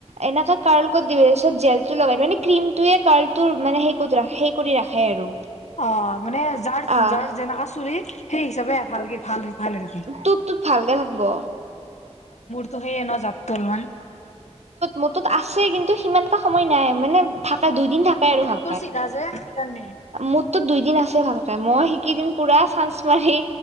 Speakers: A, on the right; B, on the left.
A: এনেকাে কাৰ্ল কৰিত দিব। তাৰপিছত জেলতটো লগাই দি মানে ক্ৰ্ৰীমটোয়ে কটো মানে সেই- সেই কৰি ৰাখে আৰু
B: অহ', মানে যাৰ-
A: আহ
B: যাৰ যেনেকা চুলি সেই হিচাপেহে ভালকে ভাল। ভাল হৈ থাকে
A: টোৰটোত ভালকে থাকিব।
B: ত', সেইয়ে ন যাত তো অলমান
A: মূৰটোত আছে কিন্তু সিমান এটা সময় নাই মানে। থাকে দুইিন থাকে আৰু ভাল
B: তোৰ চিধা যে সেইকাৰণে
A: মোৰটোত দুইিন আছে ভালক মই সেই কেই দিন পোৰা চাঞ্চ তোমাৰ সেই